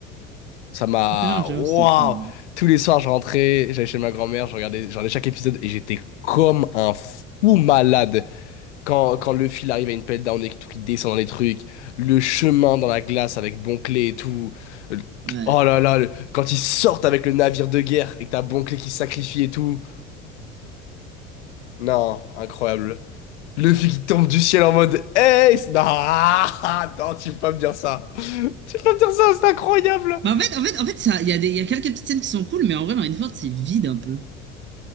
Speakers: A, on the left; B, on the right.
A: Ça m'a.
B: Impel Down, j'avoue,
A: Waouh!
B: c'était cool. hein.
A: Tous les soirs, je rentrais, j'allais chez ma grand-mère, je regardais, je regardais chaque épisode et j'étais comme un fou malade. Quand, quand le fil arrive à une pelle down et que tout qui descend dans les trucs, le chemin dans la glace avec Bonclé et tout. Le-
B: Ouais.
A: Oh là là, le- quand ils sortent avec le navire de guerre et que t'as Bonclé qui se sacrifie et tout. Non, incroyable. Luffy qui tombe du ciel en mode Hey! c'est- Non, <laughs> non, tu peux pas me dire ça. <laughs> Tu peux pas me dire ça, c'est incroyable.
B: Bah, en fait, en fait, en fait, ça, il y a des, il y a quelques petites scènes qui sont cool, mais en vrai, Marineford, c'est vide un peu.